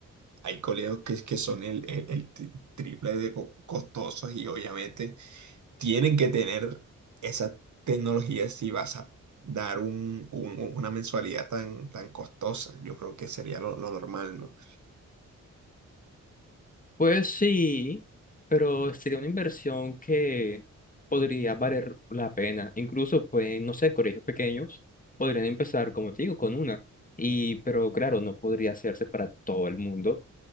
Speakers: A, on the right (about 60°); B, on the left (about 25°).
A: hay colegios que, que son el, el, el tri- triple de co- costosos y obviamente tienen que tener esa tecnología si vas a dar un- un- un- una mensualidad tan, tan costosa. Yo creo que sería lo, lo normal, ¿no?
B: Pues sí, pero sería una inversión que podría valer la pena. Incluso, pues, no sé, colegios pequeños podrían empezar, como te digo, con una. Y, pero claro, no podría hacerse para todo el mundo